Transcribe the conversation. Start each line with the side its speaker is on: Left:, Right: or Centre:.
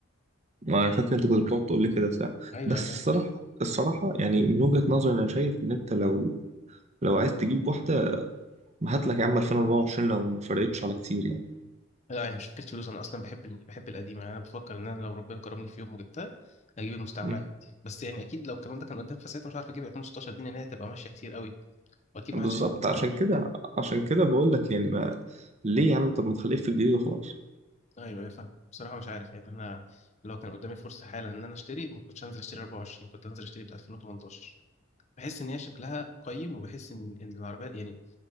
Right: ما
Left: يعني
Right: أنا فاكر أنت كنت بتقعد تقول لي كده ساعة
Left: ايوه
Right: بس الصراحة الصراحة يعني من وجهة نظري أنا شايف إن أنت لو لو عايز تجيب واحدة ما هات لك يا عم 2024 لو ما فرقتش على كتير يعني
Left: لا هي مش فكرة فلوس أنا أصلا بحب ال... بحب القديم يعني أنا بفكر إن أنا لو ربنا كرمني في يوم وجبتها أجيب المستعمرة
Right: مم.
Left: عندي بس يعني أكيد لو الكلام ده كان قدام فساعتها مش عارف أجيب 2016 دي لأن هي هتبقى ماشية كتير قوي وأكيد
Right: بالظبط
Left: ما حدش هيجيب كوبايات
Right: عشان كده
Left: كتير
Right: عشان كده بقول لك يعني ما ليه يا عم طب ما تخليك في الجديد وخلاص
Left: أيوه أيوه فاهم بصراحة مش عارف يعني أنا لو كان قدامي فرصة حالا إن أنا أشتري ما كنتش هنزل أشتري 24 كنت هنزل أشتري بتاع 2018 بحس إن هي شكلها قيم وبحس إن إن العربية يعني